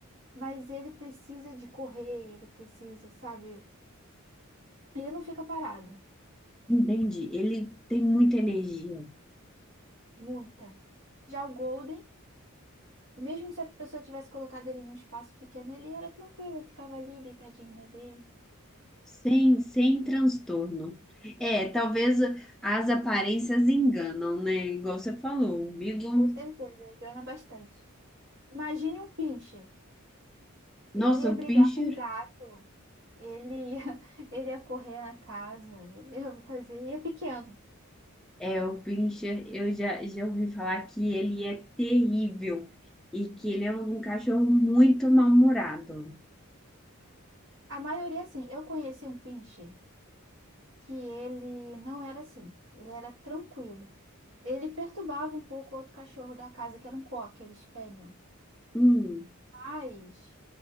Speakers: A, on the right; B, in the centre.
A: mas ele precisa de correr, ele precisa, sabe? Ele não fica parado,
B: Entendi. Ele tem muita energia,
A: muita. Já o Golden, mesmo se a pessoa tivesse colocado ele num espaço pequeno, ele era tranquilo, ele ficava ali deitadinho na dele.
B: sem, sem transtorno. É, talvez as aparências enganam, né? Igual você falou, o Beagle.
A: Com certeza, ele engana bastante. Imagine um pinche. Ele
B: Nossa,
A: ia brigar
B: o Pinscher,
A: com o gato, ele ia, <laughs> ele ia correr na casa, eu fazia, e é pequeno.
B: é, o Pinscher, eu já, já ouvi falar que ele é terrível e que ele é um um cachorro muito mal-humorado.
A: A maioria, assim, eu conheci um pincher que ele não era assim, ele era tranquilo. Ele perturbava um pouco o outro cachorro da casa, que era um cocker, eles spaniel.
B: Hum,
A: Mas